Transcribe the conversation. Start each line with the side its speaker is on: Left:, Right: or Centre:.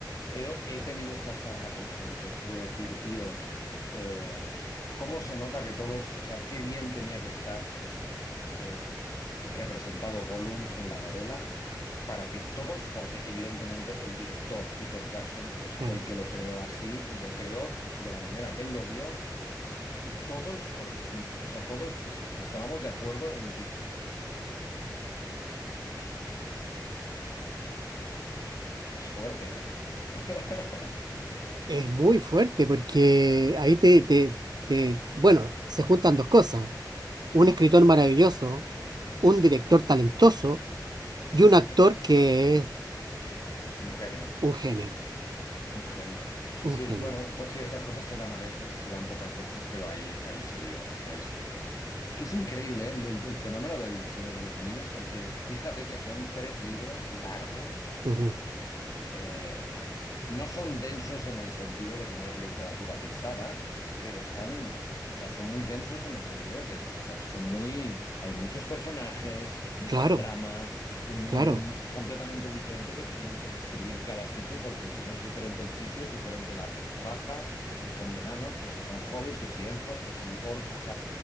Left: He, he tenido esta charla con gente de decir, tío, eh, ¿cómo se nota que todos, o sea, qué bien tenía que estar eh, representado Gollum en la novela para que todos, porque evidentemente el director Peter Jackson, pues
Right: Claro,
Left: fue el que lo creó así y lo creó de la manera que él lo vio y todos correspon- o sea, todos est- estábamos de acuerdo en que es fuerte, ¿eh? <laughs>
Right: es muy fuerte porque ahí te, te, te, bueno, se juntan dos cosas. Un escritor maravilloso, un director talentoso y un actor
Left: Sí,
Right: que es
Left: un genio.
Right: un genio,
Left: Un genio. Sí,
Right: un
Left: sí,
Right: genio.
Left: bueno, pues sí, estas cosas se dan a veces, se dan pocas veces, pero ahí, ahí se dio, ahí se dio. Que es increíble, ¿eh? el, el- el fenómeno del Señor de los Anillos, porque fíjate que son tres libros largos
Right: Ujú.
Left: eh, no son densos en el sentido de que no es literatura pesada, pero están, o sea, son muy densos en el sentido de que, es- o sea, son muy, hay muchos personajes, muchas
Right: Claro,
Left: tramas, un mundo
Right: claro.
Left: completamente diferente que te tienen que describir cada sitio, porque si no es diferente el sitio, es diferente la raza, que si son enanos, que si son hobbits, que si elfos, que si orcos,